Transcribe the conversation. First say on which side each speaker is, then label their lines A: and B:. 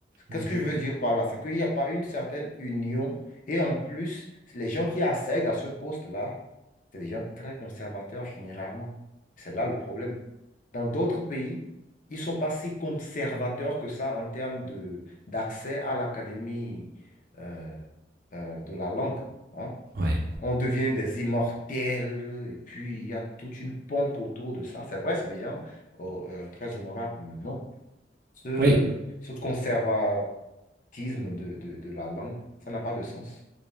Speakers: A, on the left; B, on the right.
A: Qu'est-ce
B: Mm-hmm.
A: que je veux dire par là? C'est qu'il n'y a pas une certaine union. Et en plus, les gens qui accèdent à ce poste-là, C'est des gens très conservateurs généralement. C'est là le problème. Dans d'autres pays, ils ne sont pas si conservateurs que ça en termes de, d'accès à l'académie euh, euh, de la langue. hein.
B: Ouais.
A: On devient des immortels et puis il y a toute une pompe autour de ça. C'est vrai, c'est des gens oh, euh, très honorables, mais non. Ce,
B: Oui.
A: ce conservatisme de, de, de la langue, ça n'a pas de sens.